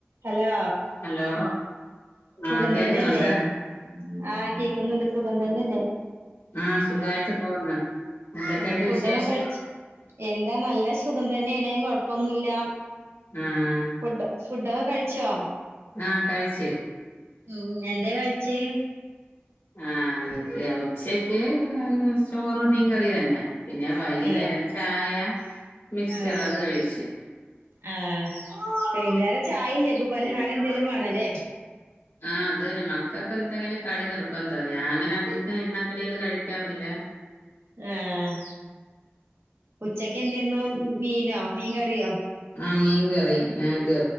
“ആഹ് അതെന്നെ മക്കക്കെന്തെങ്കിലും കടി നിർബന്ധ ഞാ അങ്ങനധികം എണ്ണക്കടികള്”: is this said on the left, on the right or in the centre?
Left